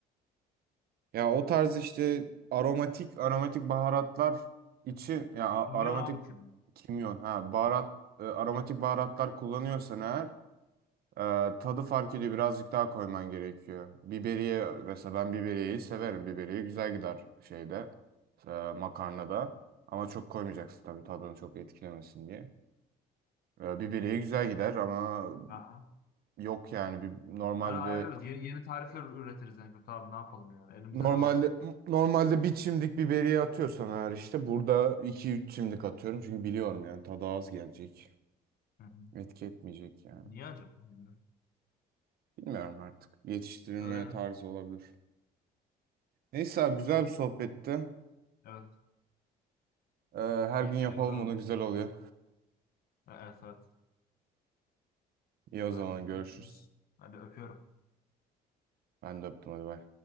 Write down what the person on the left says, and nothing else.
Kimyon
abi kimyon.
Aha.
Öyle ayarlarız. Yeni, yeni tarifler üretiriz en kötü abi. Ne yapalım yani? Elimizde
ne varsa.
Hı hı.
Niye acaba? Bilmiyorum.
Öğreniriz
abi.
Evet.
Yeni
şeyler öğrendik.
E- Evet evet.
Hadi
görüşürüz. Hadi öpüyorum.